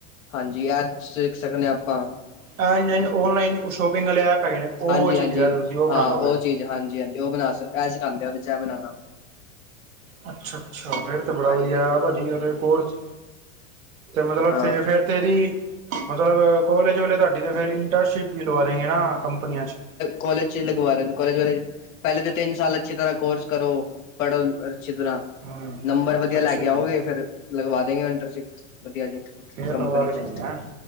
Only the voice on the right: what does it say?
ਐਂਜ -ਐਂਜ ਔਨਲਾਈਨ ਸ਼ੋਪਿੰਗ ਵਾਲੇ ਐਪ ਹੈਗੇ ਨੇ। ਉਹ
ਚੀਜ਼
ਕਹਿ ਰਹੇ ਤੁਸੀਂ ਬਣਾ
ਦੋਗੇ
ਅੱਛਾ- ਅੱਛਾ ਫੇਰ ਤੇ ਬੜਾ
ਵਧੀਆਂ ਭਾਜੀ ਇਹਦੇ ਕੋਰਸ। ਤੇ ਮਤਲਬ
ਫੇਰ- ਫੇਰ ਤੇ ਏਦੀ ਮਤਲਬ ਕਾਲੇਜ ਵਾਲ਼ੇ ਤੁਹਾਡੀ ਤੇ ਫਿਰ ਇੰਟਰਸ਼ਿਪ ਲਵਾ ਦੇਗੇ ਨਾ ਕੰਪਨੀਆਂ ਵਿਚ।
ਹੂੰ
ਅੱਛਾ
ਜੀ
ਫੇਰ
ਲਵਾ ਕੇ
ਦੇਣੀ ਹੈ